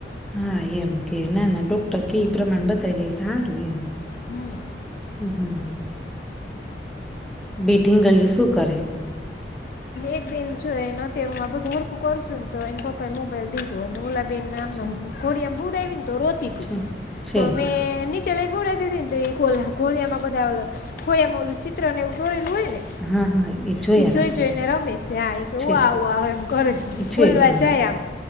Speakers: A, in the centre; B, on the left.
A: હા એમ કે ના ના ડોક્ટર કે એ પ્રમાણ બતાવી દે સારું એમ
B: હમ
A: હમ હમ બીઢિંગ ગલયું શું કરે
B: એક બેન જોને્યારે હું આ બધું ઓરખું કરું છું ને તો એને પપ્પા એ મોબાઈલ લીધું હું લ નામકડી
A: છે
B: અ <unintelligible> ગુડ એવિન તો રોતીથી
A: છે છે
B: તો મે ોડ દીધીનેોળિયા માંધાોળિયા ઓલું ચિત્ર એુંોરેલું હોય ને
A: હા હા એ જોયા
B: તે જોઈ
A: રાખે.
B: જોઈને રમેશે આ કે
A: છે
B: ઓ આવ એમ કરો
A: છે
B: બોલવા
A: હા
B: જાય આમ